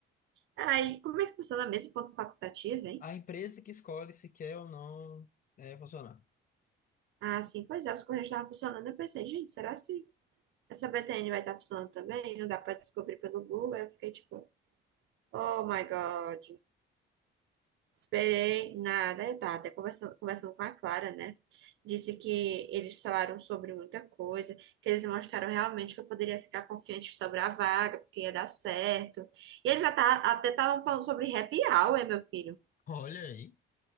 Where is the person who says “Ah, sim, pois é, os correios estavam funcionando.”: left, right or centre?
Right